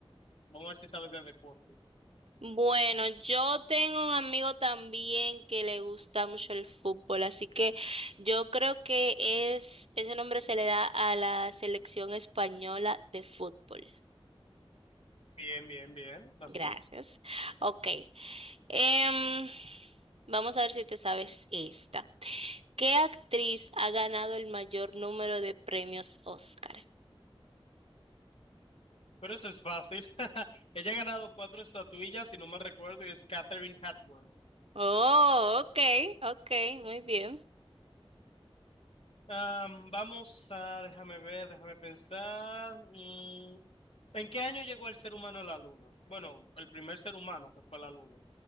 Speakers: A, on the left (about 75°); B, on the right (about 80°).
A: Vamos a ver si sabes de deportes.
B: Bueno, yo tengo un amigo también que le gusta mucho el fútbol, así que yo creo que es, ese nombre se le da a la selección española de fútbol.
A: Bien, bien, bien. ¿Vas
B: Gracias.
A: tú?
B: Ok. Em, vamos a ver si te sabes esta. ¿Qué actriz ha ganado el mayor número de premios Oscar?
A: Pero eso es fácil. <laughs> Ella ha ganado cuatro estatuillas, si no mal recuerdo, y es Catherine Hepburn.
B: Oh, ok, ok, muy bien.
A: Am, vamos a, déjame ver, déjame pensar. mm, ¿en qué año llegó el ser humano a la luna? Bueno, el primer ser humano que fue a la luna,